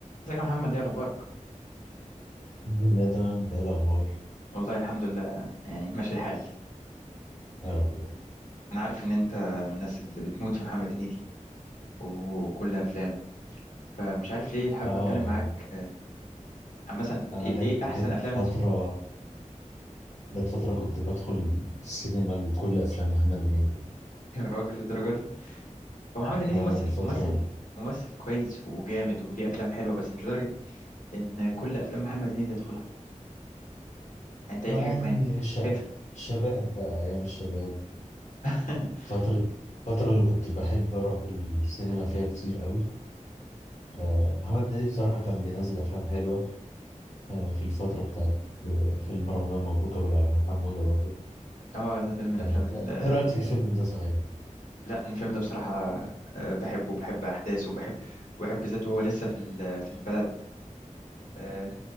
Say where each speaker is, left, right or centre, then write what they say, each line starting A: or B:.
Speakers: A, on the left; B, on the left.
A: ازيك يا محمد ايه اخبارك
B: الحمد لله تمام انت ايه الاخبار
A: والله الحمد لله يعني ماشي الحال
B: يا رب دايما
A: انا عارف ان انت من الناس اللي بتموت في محمد هنيدي وكل افلامه فمش عارف ليه حابب
B: اه
A: اتكلم معاك عن مثلا
B: انا
A: ايه,
B: جت
A: إيه احسن
B: جت
A: افلام انت
B: فتره
A: <laughs>
B: جت فتره كنت بدخل السينما لكل افلام محمد هنيدي
A: يا راجل للدرجه دي هو محمد هنيدي
B: اه
A: ممثل
B: الفتره
A: ممثل ممثل كويس وجامد وليه افلام حلوه بس مش لدرجه ان كل افلام محمد هنيدي يدخلها انت ايه
B: ما
A: الحكمه
B: يعني
A: يعني
B: ش...
A: شايف-
B: شباب بقى ايام الشباب
A: <laughs>
B: فتره الفتره اللي كنت بحب اروح السينما فيها كتير قوي آه محمد هنيدي بصراحه كان بينزل افلام حلوه آه في الفتره بتاعت آه، فيلم رمضان مبروك ابو العلمين حموده برضو
A: اه ده فيلم من الافلام
B: آه انت
A: ال-
B: ايه رايك
A: الحلوه
B: في الفيلم ده صحيح
A: لا أنا الفيلم ده بصراحه آه، بحبه وبحب احداثه وبحب وبحب ذاته وهو لسه في ال- في البلد آه،